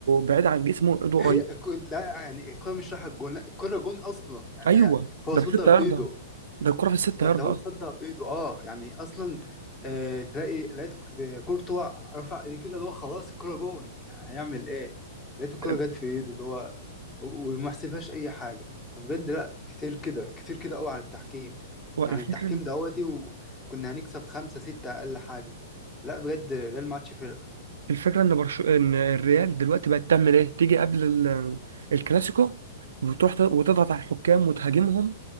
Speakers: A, on the right (about 85°); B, on the left (about 20°).
A: بعيده عن جسمه ايده قريب
B: هي الك- لا يعني الكرة مش رايحة الجون لا الكرة جون اصلا يعني
A: ايوه
B: هي هو
A: ده
B: صدها
A: في 6
B: بايده
A: ياردة ده الكوره في الست
B: ده
A: ياردة
B: ده هو
A: اصلا
B: صدق بايده اه يعني اصلا آه تلاقي لقيت ك- كورتوا رفع ايديه كده اللي هو خلاص الكرة جون يعني هيعمل ايه لقيت الكرة
A: <clears throat>
B: جت في ايده اللي هو و- وما حسبهاش اي حاجة فبجد لا كتير كده كتير كده قوي على التحكيم
A: هو
B: يعني
A: الفكره
B: التحكيم دهوتي وكنا هنكسب خمسة ستة اقل حاجة لا بجد ريال ما عادش فرقة
A: الفكره ان برشو... ان الريال دلوقتي بقت تعمل ايه تيجي قبل ال... الكلاسيكو وتروح ت- وتضغط على الحكام وتهاجمهم